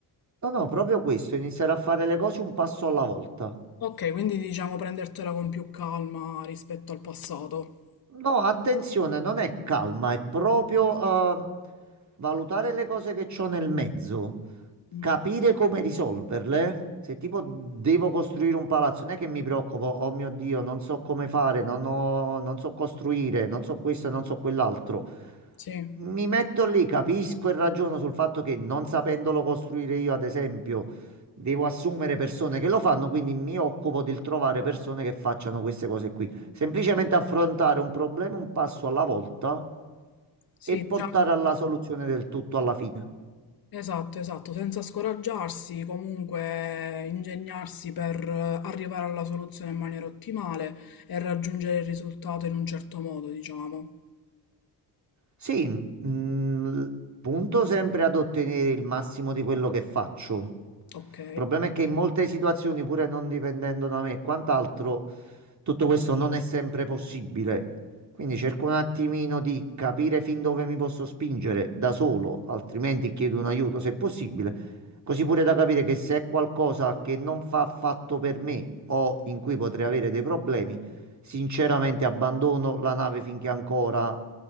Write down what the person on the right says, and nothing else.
No, no, proprio questo, iniziare a fare le cose un passo alla volta.
No, attenzione, non è calma, è proprio eh, valutare le cose che c'ho nel mezzo,
capire come risolverle. Se tipo devo costruire un palazzo, non è che mi preoccupo, oh mio Dio, non so come fare, non ho- non so costruire, non so questo, non so quell'altro.
Mi metto lì, capisco e ragiono sul fatto che non sapendolo costruire io, ad esempio, devo assumere persone che lo fanno, quindi mi occupo del trovare persone che facciano queste cose qui. Semplicemente affrontare un problema un passo alla volta
e portare
alla soluzione del tutto alla fine.
Sì, mh, punto sempre ad ottenere il massimo di quello che faccio.
Il problema è che in molte situazioni, pure non dipendendo da me e quant'altro, Tutto questo non è sempre possibile, quindi cerco un attimino di capire fin dove mi posso spingere da solo, altrimenti chiedo un aiuto se possibile, così pure da capire che se è qualcosa che non fa affatto per me o in cui potrei avere dei problemi, sinceramente abbandono la nave finché è ancora